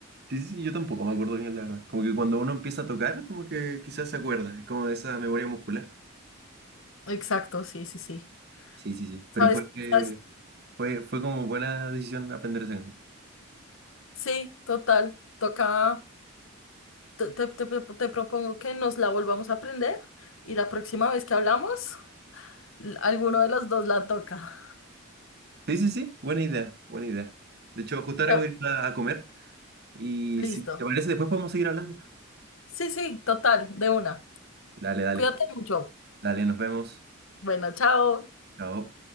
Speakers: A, on the right; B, on the left.
A: Sí, sí, sí, yo tampoco me acuerdo bien, la verdad. Como que cuando uno empieza a tocar, como que quizás se acuerda, es como de esa memoria muscular.
B: Exacto, sí, sí, sí.
A: Sí, sí, sí. Pero
B: ¿Sabes?
A: fue que
B: ¿Sabes?
A: fue, fue como buena decisión aprender esa canción.
B: Sí, total, toca, te, te- te- te propongo que nos la volvamos a aprender y la próxima vez que hablamos, l- alguno de los dos la toca.
A: Sí, sí, sí, buena idea, buena idea. De hecho, justo ahora
B: <laughs>
A: voy a ir a a comer y
B: Listo.
A: si te parece, después podemos seguir hablando.
B: Sí, sí, total, de una.
A: Dale, dale,
B: Cuídate mucho.
A: dale, nos vemos.
B: Bueno, chao.
A: Chao.